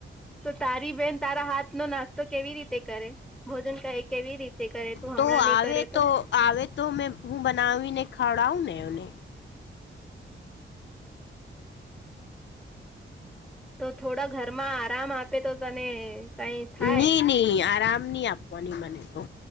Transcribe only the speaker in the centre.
તો તારી બેહેન તારા હાથ નો નાસ્તો કેવી રીતે કરે? ભોજન કહે કેવી રીત તે કરે તું
હમણાં
નહીં કરે તો.
તો થોડા ઘરમાં આરામ આપે તો તને કંઈ થાય.